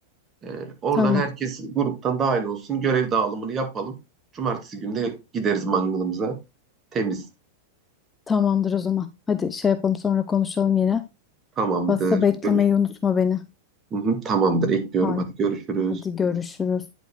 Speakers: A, on the right; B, on the left.
A: Ee, oradan
B: Tamam,
A: herkes gruptan dahil olsun. Görev dağılımını yapalım. Cumartesi günde gideriz mangalımıza. Temiz.
B: tamamdır o zaman. Hadi şey yapalım sonra konuşalım yine.
A: Tamamdır.
B: Basta beklemeyi
A: Görüşürüz.
B: unutma beni.
A: Hı hı, tamamdır ekliyorum.
B: Haydi,
A: Hadi görüşürüz.
B: hadi görüşürüz.